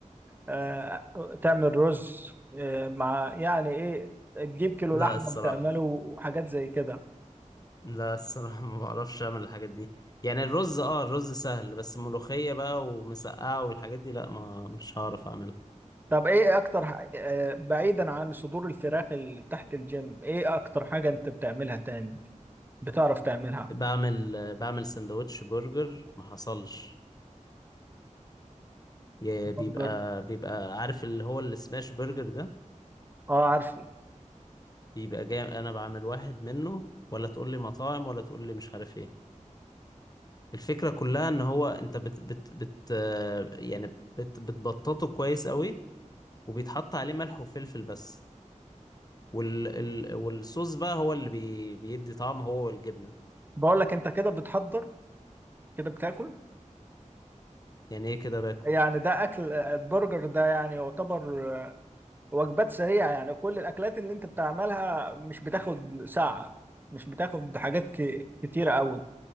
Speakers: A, on the right; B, on the left.
A: آه، تعمل رز آه، مع يعني ايه تجيب كيلو
B: لا
A: لحمة
B: الصراحه
A: وتعمله حاجات زي كده
B: لا الصراحه <laughs> ما بعرفش اعمل الحاجات دي يعني الرز اه الرز سهل بس ملوخيه بقى ومسقعه والحاجات دي لا ما مش هعرف اعملها
A: طب ايه اكتر ح- آه، بعيدا عن صدور الفراخ اللي تحت الجيم ايه اكتر حاجة انت بتعملها تاني بتعرف تعملها
B: بعمل آه، بعمل سندوتش برجر ما حصلش يا- بيبقى
A: برجر
B: بيبقى عارف اللي هو السماش برجر ده
A: اه عارفه
B: بيبقى جاي انا بعمل واحد منه ولا تقول لي مطاعم ولا تقول لي مش عارف ايه الفكرة كلها ان هو انت بت بت بت آه، يعني بت بتبططه كويس قوي وبيتحط عليه ملح وفلفل بس وال ال والصوص بقى هو اللي بي بيدي طعم هو والجبنة
A: بقول لك انت كده بتحضر كده بتاكل
B: يعني ايه كده باكل
A: يعني ده اكل آه، البرجر ده يعني يعتبر وجبات سريعة يعني كل الأكلات اللي أنت بتعملها مش بتاخد ساعة مش بتاخد حاجات ك- كتيرة أوي